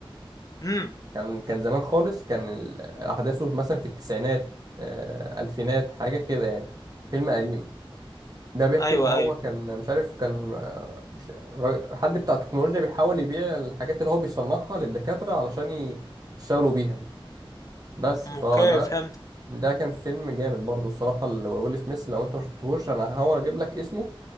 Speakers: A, on the left; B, on the right.
A: امم
B: كان كان زمان خالص كان ال- احداثه مثلا في التسعينات آه، الفينات حاجه كده يعني فيلم قديم ده بيحكي
A: ايوه
B: ان هو
A: ايوه
B: كان مش عارف كان آه، مش را- حد بتاع تكنولوجيا بيحاول يبيع الحاجات اللي هو بيصنعها للدكاتره علشان ي- يشتغلوا بيها بس
A: اوكي
B: فده
A: فهمت
B: ده كان فيلم جامد برضو الصراحه لويل سميث لو انت ما شفتهوش انا هحاول اجيب لك اسمه